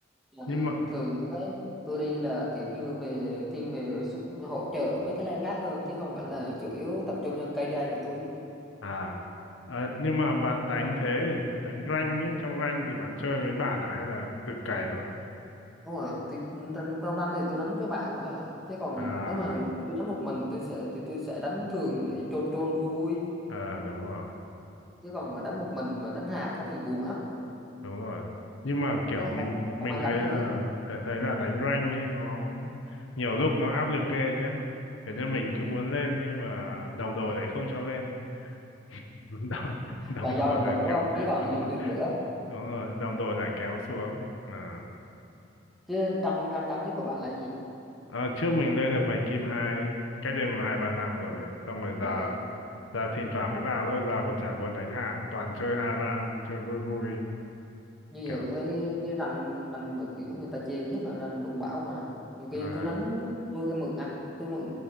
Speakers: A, on the left; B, in the centre.
A: nhưng
B: Ờ,
A: mà
B: thường tôi tôi đi là kiểu như về thiên về xúc, hỗ trợ mấy cái lane khác hơn chứ không phải là chủ yếu tập trung cho KDA của tôi
A: à ờ,
B: ừ.
A: nhưng mà bạn đánh thế thì đánh rank ấy trong rank thì bạn chơi với bạn à hay là tự cày thôi
B: đúng rồi tôi, trong trong rank thì tôi đánh với bạn thôi à chứ còn
A: à
B: nếu mà tôi đánh một mình tôi sẽ thì tôi sẽ đánh thường để chôn chôn vui vui
A: ờ, đúng rồi
B: chứ còn mà đánh một mình mà đánh hạt á thì buồn lắm
A: đúng rồi nhưng mà kiểu
B: Với lại không
A: mình mình
B: không ai
A: thấy
B: gánh
A: là
B: tôi hết
A: thấy thấy là đánh rank ấy nó nhiều lúc nó áp lực ghê nhá kiểu như mình
B: ừ.
A: cứ muốn lên nhưng mà đồng đội lại không cho lên <laughs> đồng, đồng
B: là do
A: đội
B: đồng
A: lại
B: đội đúng
A: kéo
B: không chứ còn
A: đúng
B: lên
A: rồi
B: được nữa
A: đúng rồi đồng đội lại kéo xuống à
B: chứ rank rank cao nhất của bạn là gì
A: Ờ, trước mình lên được 7 kim 2 cách đây mà hai ba năm rồi
B: Ừ.
A: xong rồi giờ
B: à,
A: giờ thỉnh thoảng mới vào thôi giờ còn chả buồn đánh hạng toàn chơi ARAM chơi vui vui
B: như
A: kiểu
B: giờ tôi thấy cái rank rank mà kiểu người ta chê nhất là rank lục bảo mà nhiều
A: à,
B: khi tôi đánh tôi cái mượn ạc tôi mượn